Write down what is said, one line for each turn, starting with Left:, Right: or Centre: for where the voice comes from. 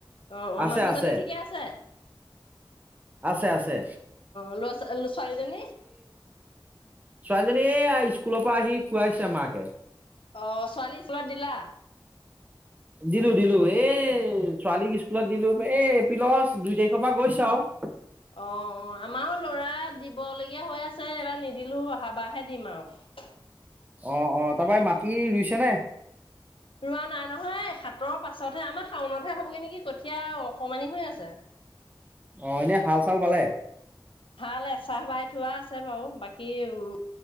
Left: অহ ',- অহ
Right: আছে
Left: ', মানুহজনী
Right: আছে।
Left: ঠিকে আছে অহ
Right: আছে আছে
Left: ', লৰা ছোৱালীজনী।
Right: ছোৱালীজনীয়ে স্কুলৰ পৰা আহি খুৱাইছে আমাক। এ
Left: অহ ', ছোৱালী স্কুলত দিলা।
Right: দিলো -দিলো এ ছোৱালীক স্কুলত দিলো এই এপ্ৰিলৰ দুই তাৰিখৰ পৰা গৈছো আৰু।
Left: অহ ',- অহ ', আমাৰো লৰা দিবলগীয়া হৈ আছে এবাৰ নিদিলো অহা বাৰহে দিম আৰু।
Right: অহ ',- অ', তাৰপৰা মাটি ৰুইছে নে?
Left: ৰোৱা নাই নহয় সাতৰ পাছতহে আমাৰ শাওণতহে হ'বগৈ নেকি কঠীয়া অকমানি হৈ আছে।
Right: অহ ', এনে হাল চাল বালে?
Left: ভাল এ চাহ বাই থোৱা আ আছে বাৰু বাকী উম